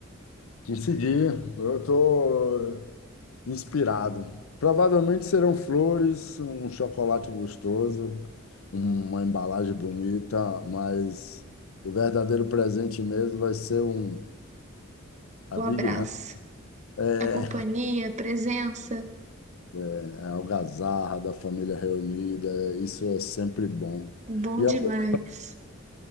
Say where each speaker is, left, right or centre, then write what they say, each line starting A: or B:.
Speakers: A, on the left; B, on the right.
A: Em seguir, eu tô Inspirado. Provavelmente serão flores, um chocolate gostoso, uma embalagem bonita, mas o verdadeiro presente mesmo vai ser um a
B: O
A: Big
B: abraço,
A: Hand, é
B: a companhia, a presença,
A: é a algazarra da família reunida. Isso é sempre bom.
B: bom
A: E
B: demais.
A: é uma coisa